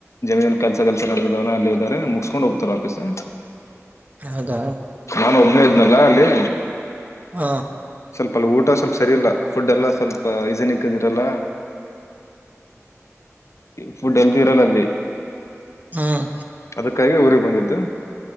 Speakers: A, on the left (about 65°); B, on the right (about 30°).
A: ಏನು ಕನಸು ಮನಸ್ಸಿನಲ್ಲಿ ಇದ್ದಾನೆ ಅಲ್ಲೇ ಇದಾರೆ ಮುಗುಸ್ಕೊಂಡು ಹೋಗ್ತಾರೆ.
B: ಹೌದಾ
A: ನಾನು ಒಬ್ನೇ ಇದ್ನಲ್ಲ ಅಲ್ಲಿ.
B: ಹ
A: ಸ್ವಲ್ಪ ಲೂರು. ತ ಸ್ವಲ್ಪ ಸರಿ ಇಲ್ಲ ಫುಡ್ ಎಲ್ಲ ಸ್ವಲ್ಪ ಹೈಜಿನಿಕ್ ಆಗಿರಲ್ಲ. ಫುಡ್ ಎಲ್ಲೂ ಇರಲ್ಲ ಅಲ್ಲಿ
B: ಹ್ಮ್
A: ಅದಕ್ಕಾಗಿ ಊರು. ಓದಿದ್ದು